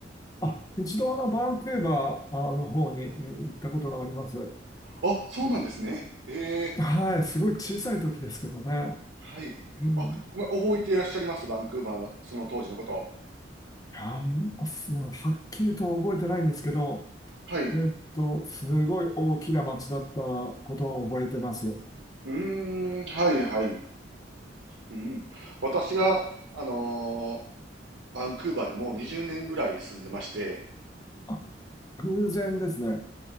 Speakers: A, on the left; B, on the right.
A: あ、一度あの、バンクーバーあの方にえー行ったことがあります。
B: あ、そうなんですね。ええ、
A: はい。すごい小さい時ですけどね。
B: はい。
A: うん。
B: あ、ま、覚えていらっしゃいますバンクーバーのその当時のこと。
A: あんま、すはっきりとは覚えてないんですけど、
B: はい。
A: えっと、すごい大きな町だったことを覚えてます。
B: うーん、はいはい。うん。私が、あのーバンクーバーにもう20年ぐらい住んでまして、
A: あ、偶然ですね。